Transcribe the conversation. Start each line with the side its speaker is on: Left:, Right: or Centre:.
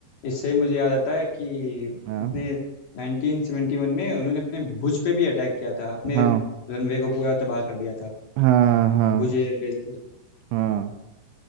Left: इससे ही मुझे याद आता है कि
Right: हाँ
Left: अपने 1971 में उन्होंने अपने भुज पे भी अटैक किया था अपने
Right: हाँ
Left: रनवे को पूरा तबाह कर दिया था
Right: हाँ हाँ हाँ
Left: भुज एयरबेस पे
Right: हाँ